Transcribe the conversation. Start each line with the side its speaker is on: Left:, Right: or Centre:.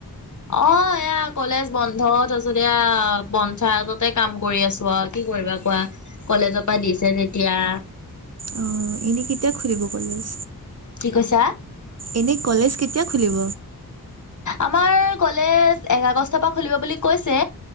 Left: অ, এয়া কলেজ বন্ধ তাৰপিছত এয়া, পঞ্চায়ততে কাম কৰি‌ আছো আৰু কি কৰিবা কোৱা, কলেজৰ পৰা দিছে যেতিয়া
Right: অ, এনেই কেতিয়া খুলিব কলেজ?
Left: কি কৈছা?
Right: এনেই, কলেজ কেতিয়া খুলিব?
Left: আমাৰ কলেজ এক আগষ্টৰ পৰা খুলিব বুলি কৈছে।